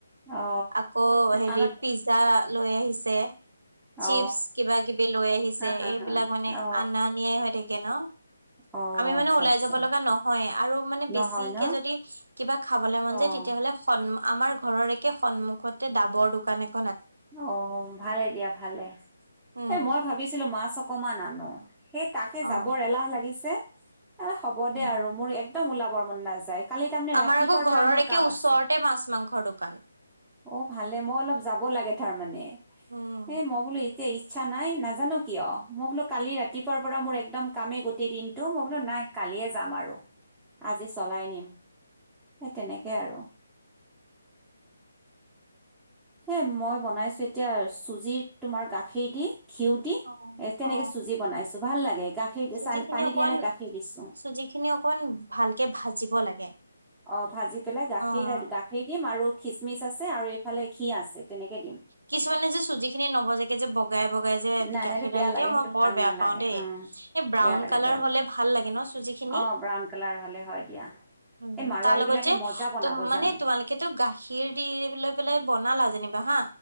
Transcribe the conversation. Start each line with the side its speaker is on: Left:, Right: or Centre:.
Centre: অ
Right: আকৌ হেৰি
Centre: আনত
Right: পিজ্জা লৈ আহিছে
Centre: অ
Right: চিপচ কিবা কিবি লৈ আহিছে
Centre: হা হা
Right: এইবিলাক
Centre: হা হা
Right: মানে
Centre: অ
Right: আনা নিয়া হৈ থাকে ন
Centre: অ
Right: আমি মানে
Centre: আচ্ছা
Right: উলাই
Centre: আচ্ছা
Right: যাব লগা নহয়েই আৰু মানে
Centre: নহয়
Right: বেছিকে
Centre: ন
Right: যদি কিবা খাবলে মন
Centre: অ
Right: যায় তেতিয়াহ'লে সন্ আমাৰ ঘৰৰ একে সন্মুখতে ডাবৰ দোকান <unintelligible>
Centre: অ ভালে দিয়া ভালে
Right: উম
Centre: এ মই ভাবিছিলো মাছ অকমান আনো সেই তাকে যাবৰ
Right: অ
Centre: এলাহ লাগিছে হ'ব
Right: উম
Centre: দে আৰু মোৰ একদম ওলাবৰ মন নাযায় কালি তাৰমানে
Right: আমাৰ
Centre: ৰাতিপুৱাৰ
Right: আকৌ ঘৰৰ
Centre: পৰা মোৰ
Right: একে
Centre: কাম
Right: ওচৰতে
Centre: আছে
Right: মাছ মাংসৰ দোকান।
Centre: অ ভালে মই অলপ যাব লাগে তাৰ মানে
Right: উম।
Centre: এ মই বোলো এতিয়া ইচ্ছা নাই নাজানো কিয় মই বোলো কালি ৰাতিপুৱাৰ পৰা মোৰ একদম কামেই গোটেই দিনটো মই বোলো নাই কালিয়ে যাম আৰু আজি চলাই নিম সেই তেনেকে আৰু সেই মই বনাইছো এতিয়া চুজি তোমাৰ গাখীৰ দি ঘিউ দি
Right: অ
Centre: এ তেনেকে
Right: অ
Centre: চুজি বনাইছো ভাল লাগে গাখীৰ দি
Right: চুজি
Centre: চান
Right: খিনি
Centre: পানী
Right: অকমান
Centre: দিয়া নাই গাখীৰ দিছোঁ
Right: চুজি খিনি অকমান ভালকে ভাজিব লাগে
Centre: অ ভাজি পেলাই গাখীৰ
Right: অ'।
Centre: গাখীৰ দিম আৰু খিচমিচ আছে আৰু এইফালে ঘি আছে তেনেকে দিম
Right: কিছুমানে যে চুজি খিনি নবজাগে যে বগাই বগাই <unintelligible> যে
Centre: নাই
Right: গাখীৰ
Centre: নাই এইটো বেয়া
Right: ঢালি
Centre: লাগে
Right: দিয়ে
Centre: সেইটো
Right: মই বৰ
Centre: ভাল
Right: বেয়া
Centre: নালাগে
Right: পাও দে
Centre: অঁ
Right: এই ব্ৰাউন
Centre: বেয়া লাগে
Right: কালাৰ
Centre: বেয়া লাগে
Right: হলে ভাল লাগে ন চুজিখিনি
Centre: অঁ ব্ৰাউন কালাৰ হ'লে হয় দিয়া
Right: উ
Centre: এই মাৰোৱাৰী
Right: তাৰ লগত
Centre: বিলাকে
Right: যে
Centre: মজা বনাব
Right: তম মানে
Centre: জানে
Right: তোমালোকেতটো গাখীৰ দি লৈ পেলাই বনালা যেনিবা হা